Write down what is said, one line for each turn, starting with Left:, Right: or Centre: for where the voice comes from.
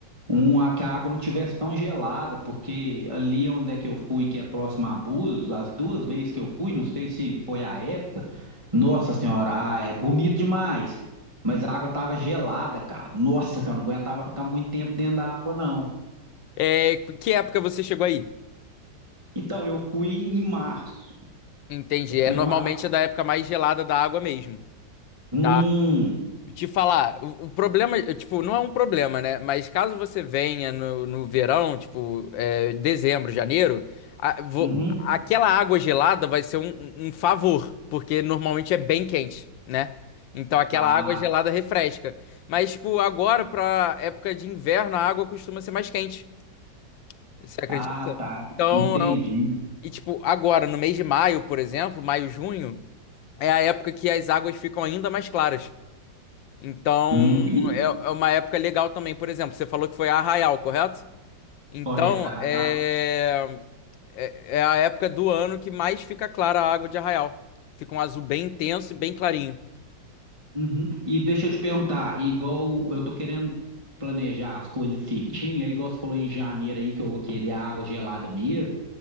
Right: Uma que a água não tivesse tão gelada, porque ali onde é que eu fui, que é próximo a Búzios, as duas vezes que eu fui, não sei se foi a época, nossa senhora, ah, é bonito demais, mas a água tava gelada, cara. Nossa senhora, não aguentava ficar muito tempo dentro da água, não.
Left: É, que época você chegou aí?
Right: Então, eu fui em março.
Left: Entendi,
Right: Eu fui
Left: é normalmente
Right: em março.
Left: é da época mais gelada da água mesmo,
Right: Hum,
Left: tá? te falar, o, o problema, eh, tipo, não é um problema, né? Mas caso você venha no, no verão, tipo, eh, dezembro, janeiro, a- vo-
Right: uhum.
Left: aquela água gelada vai ser um, um- um favor, porque normalmente é bem quente, né? Então aquela
Right: Ah,
Left: água gelada refresca. Mas, tipo, agora, pra época de inverno, a água costuma ser mais quente. Você acredita?
Right: ah, tá,
Left: Então,
Right: entendi.
Left: é um- e tipo, agora, no mês de maio, por exemplo, maio, junho, é a época que as águas ficam ainda mais claras. Então,
Right: Hum, e-
Left: é, é uma época legal também. Por exemplo, você falou que foi a Arraial, correto? Então,
Right: correto, Arraial.
Left: é, é, é a época do ano que mais fica clara a água de Arraial. Fica um azul bem intenso e bem clarinho.
Right: Uhum. E deixa eu te perguntar, igual eu tô querendo planejar as coisas certinho, aí igual você falou em janeiro aí que eu vou querer água gelada mesmo.